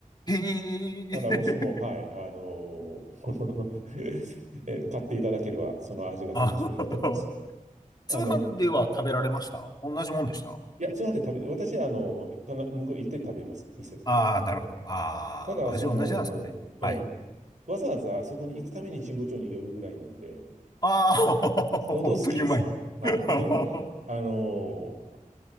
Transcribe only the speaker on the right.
だからもしも、はい、あのー <laughs> え買っていただければ、その味が楽しめると思います。
あの、いや、通販で食べて、私はあの、かな向こう行って食べます、店で。
ただ、その、
ええ、
わざわざそこに行くために神保町に寄るぐらいなんで、
相当好きですよ。
はい。
本当にまあのーな